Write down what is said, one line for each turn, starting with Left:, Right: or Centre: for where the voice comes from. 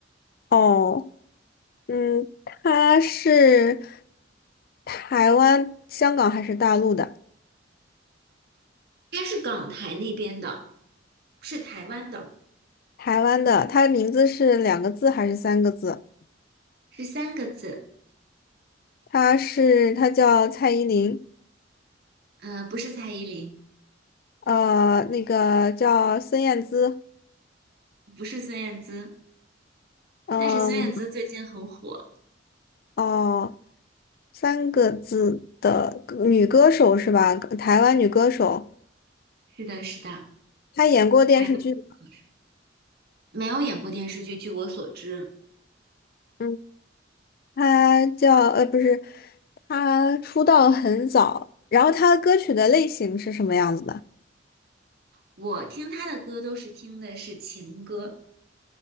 Left: 哦，嗯，他是台湾、香港还是大陆的？
Right: 他是港台那边的，是台湾的，
Left: 台湾的，他的名字是两个字还是三个字？
Right: 是三个字，
Left: 他是他叫蔡依林。
Right: 呃，不是蔡依林，
Left: 呃，那个叫孙燕姿，
Right: 不是孙燕姿，
Left: 嗯，
Right: 但是孙燕姿最近很火。
Left: 哦，三个字的女歌手是吧？台湾女歌手，
Right: 是的，是的，
Left: 她演过电视剧，
Right: 台湾歌手没有演过电视剧，据我所知，
Left: 嗯，她叫呃不是，她出道很早，然后她的歌曲的类型是什么样子的？
Right: 我听他的歌都是听的是情歌，